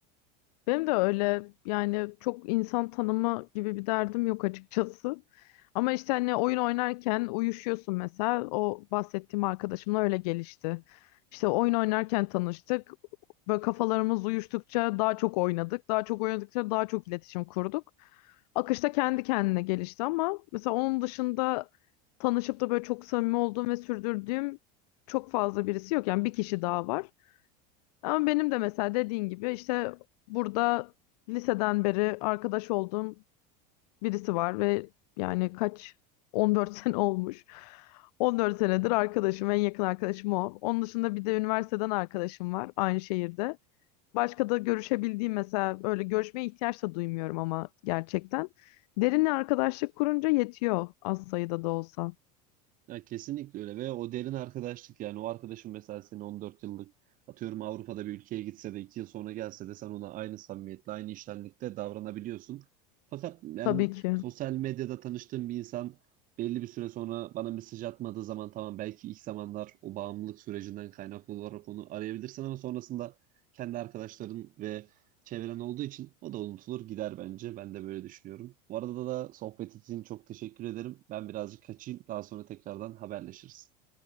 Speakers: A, on the left; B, on the right.
A: Benim de öyle yani çok insan tanıma gibi bir derdim yok açıkçası. Ama işte hani oyun oynarken uyuşuyorsun mesela. O bahsettiğim arkadaşımla öyle gelişti. İşte oyun oynarken tanıştık. Böyle kafalarımız uyuştukça daha çok oynadık. Daha çok oynadıkça daha çok iletişim kurduk. Akışta kendi kendine gelişti ama mesela onun dışında tanışıp da böyle çok samimi olduğum ve sürdürdüğüm çok fazla birisi yok. Yani bir kişi daha var. Ama benim de mesela dediğin gibi işte burada liseden beri arkadaş olduğum birisi var ve yani kaç 14 <laughs> sene olmuş. 14 senedir arkadaşım, en yakın arkadaşım o. Onun dışında bir de üniversiteden arkadaşım var aynı şehirde. Başka da görüşebildiğim mesela öyle görüşmeye ihtiyaç da duymuyorum ama gerçekten. Derinle arkadaşlık kurunca yetiyor az sayıda da olsa.
B: Ya kesinlikle öyle ve o derin arkadaşlık yani o arkadaşın mesela senin 14 yıllık atıyorum Avrupa'da bir ülkeye gitse de 2 yıl sonra gelse de sen ona aynı samimiyetle aynı iştenlikte davranabiliyorsun. Fakat ben
A: Tabii ki.
B: sosyal medyada tanıştığım bir insan belli bir süre sonra bana mesaj atmadığı zaman tamam belki ilk zamanlar o bağımlılık sürecinden kaynaklı olarak onu arayabilirsin ama sonrasında kendi arkadaşların ve çevren olduğu için o da unutulur gider bence. Ben de böyle düşünüyorum. Bu arada da sohbet için çok teşekkür ederim. Ben birazcık kaçayım. Daha sonra tekrardan haberleşiriz.